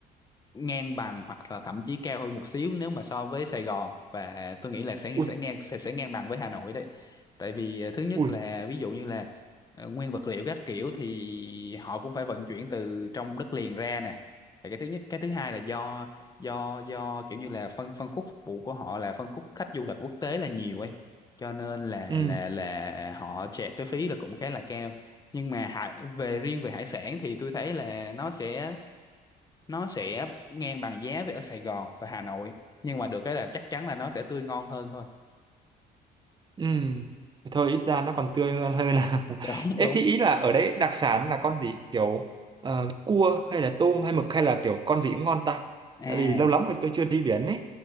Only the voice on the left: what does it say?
ngang bằng hoặc là thậm chí cao hơn một xíu nếu mà so với Sài Gòn và tôi nghĩ là sẽ
sẽ ngang sẽ, sẽ ngang bằng với Hà Nội đấy tại vì ờ, thứ nhất
là ví dụ như là ờ, nguyên vật liệu các kiểu thì họ cũng phải vận chuyển từ trong đất liền ra nè Thì cái thứ nhất cái thứ hai là do do do kiểu như là phân phân khúc phục vụ của họ là phân khúc khách du lịch quốc tế là nhiều ấy cho nên là
là là họ chẹt cái phí là cũng khá là cao nhưng mà hải về riêng về hải sản thì tôi thấy là nó sẽ nó sẽ ngang bằng giá với ở Sài Gòn và Hà Nội nhưng mà được cái là chắc chắn là nó sẽ tươi ngon hơn thôi
<laughs> đúng
đúng
à